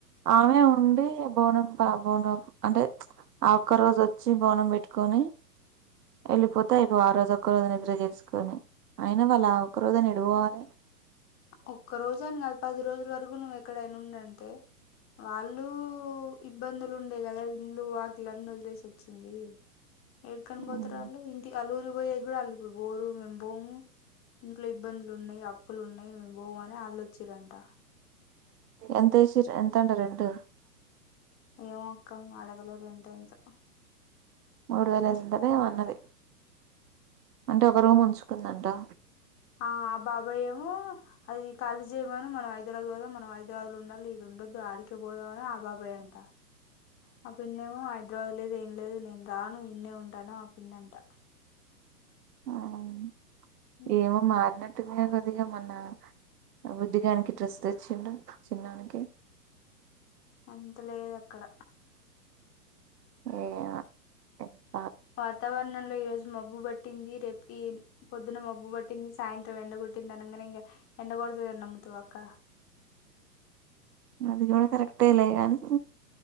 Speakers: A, on the right; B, on the left.
A: ఆమె ఉండే బోనం ఆ బోనం అంటే ఆ ఒక్క రోజొచ్చి బోనం పెట్టుకొని వెళ్ళిపోతా ఆ రోజు ఒక్క రోజు నిద్ర చేసుకొని అయినా వాళ్ళు ఆ ఒక్క రోజు అయినా ఎటు పోవాలే
B: ఒక్క రోజు అని కాదు పది రోజుల వరకు నువ్వు ఎక్కడైనా ఉండు అంటే వాళ్ళు ఇబ్బందులు ఉండే కదా ఇల్లు వాకిలన్నీ వదిలేసి వచ్చింది ఏడుకని పోతారు
A: ఉమ్,
B: వాళ్ళు ఇంటికి ఆళ్ల ఊరి పోయేది కూడా వాళ్ళు ఇప్పుడు పోరు మేము బోము ఇంట్లో ఇబ్బందులు ఉన్నాయి అప్పులు ఉన్నాయి మేము బోమ్ అని ఆల్లోచ్చిరంట
A: ఎంతేశిర్రు ఎంతంటా రెంటు.
B: ఏమో అక్క అడగలేదు రెంట్ ఎంతే
A: మూడు వేల ఐదు వందలేమో అన్నది అంటే ఒక రూమ్ ఉంచుకుందంటా.
B: ఆ ఆ బాబాయేమో అది కాలీ జేయమను మనం హైదరాబాద్ పోదాం, మనం హైదబాద్లో ఉండాలి ఇడ ఉండొద్దు ఆడికే పోదామని ఆబాబాయి అంటా. ఆ పిన్నేమో హైదరాబాద్ లేదు ఏం లేదు నేను రాను ఇన్నే ఉంటా అని ఆ పిన్ని అంటా.
A: ఆ
B: ఉమ్,
A: ఏమో మారినట్టు ఉంది కదా అదిగా మొన్నా బుడ్డిగానికి డ్రెస్ తెచ్చిండు చిన్నోనికి.
B: అంత లేదు అక్కడ.
A: ఏమో
B: వాతావరణంలో ఈ రోజు మబ్బుబ ట్టింది, రేపు ఈ పొద్దున మబ్బు పట్టింది సాయంత్రం ఎండగొట్టింది అనంగనే ఇగ ఎండ కొడతదని నమ్ముతవా అక్క.
A: అది కూడా కరెక్టేలే కానీ